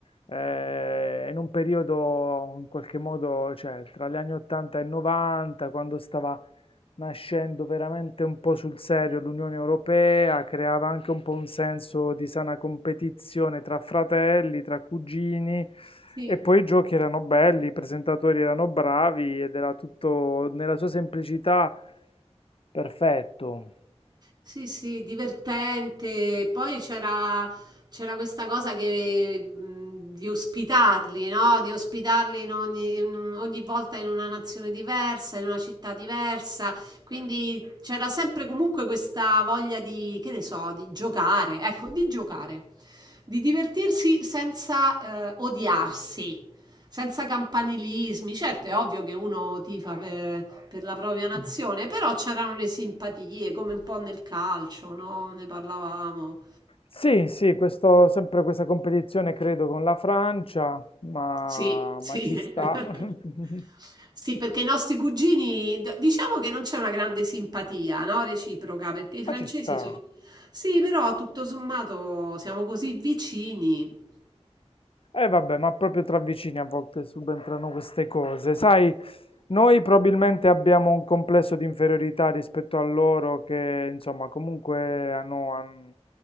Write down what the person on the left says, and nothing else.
eh, in un periodo in qualche modo, cioè tra gli anni 80 e 90, quando stava nascendo veramente un po' sul serio l'Unione Europea, creava anche un po' un senso di sana competizione tra fratelli, tra cugini
e poi i giochi erano belli, i presentatori erano bravi ed era tutto nella sua semplicità perfetto.
Sì, sì, questo, sempre questa competizione credo con la Francia, ma,
ma ci sta.
<laughs>
Ma ci sta.
E vabbè, ma proprio tra vicini a volte subentrano queste cose. Sai, noi probabilmente abbiamo un complesso di inferiorità rispetto a loro che, insomma, comunque hanno, han-